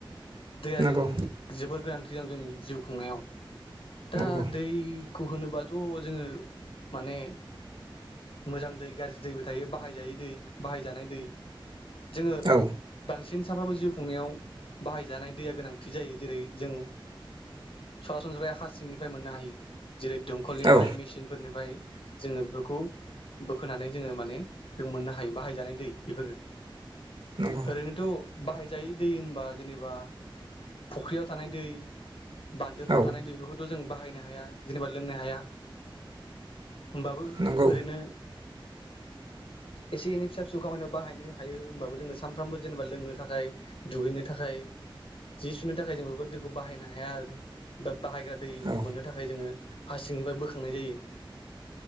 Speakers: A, on the left; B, on the right.
A: <inaudible> दैया
B: नंगौ
A: जों जिबोर गोनांथि दं जोंनि जिउ खुंनायाव। दा
B: नंगौ
A: दै खौ होनोबाथ' जोङो माने मोजां दै गाज्रि दैबो थायो बाहायजायै दै बाहायजानाय दै। जोङो
B: औ
A: बांसिन सिन सानफ्रोमबो जिउ खुंनायाव बाहायजानाय दैया गोनांथि जायो जेरै जों सरासनस्रै हा सिंनिफ्राय मोननो हायो। जेरै दंखलनिफाय
B: औ
A: मेसिन फोरनिफाय जोङो बेफोरखौ बोखोनानै जोङो माने बे मोननो हायो बाहायजानाय दै बेफोरो
B: नंगौ
A: ओरैनोथ' बाहायजायि दै होनबा जेनेबा फुख्रियाव थानाय दै बान्दोफ्राव
B: औ
A: थानाय दैखौथ' जों बाहाय बाहायनो हाया जेनेबा लोंनो हाया। होमबाबो
B: नंगौ
A: ओरैनो एसे एनै फिसा फिसौ खामानियाव बाहायनो हायो होमबाबो जोङो सानफ्रामबो जेनेबा लोंनो थाखाय दुगैनो थाखाय जि सुनो थाखाय जों बेफोर दैखौ बाहायनो हाया आरो बा बाहायग्रा दै
B: औ
A: मोननो थाखाय जोङो हासिंनिफ्राय बोखांनाय जायो